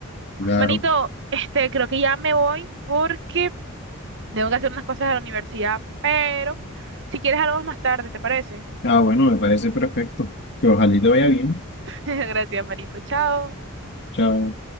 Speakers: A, on the left; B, on the right.
A: Claro.
B: Manito, este, creo que ya me voy porque tengo que hacer unas cosas a la universidad, pero si quieres hablamos más tarde, ¿te parece?
A: Ah, bueno, me parece perfecto. Que ojalá y te vaya bien.
B: <laughs> Gracias, Marito. Chao.
A: Chao.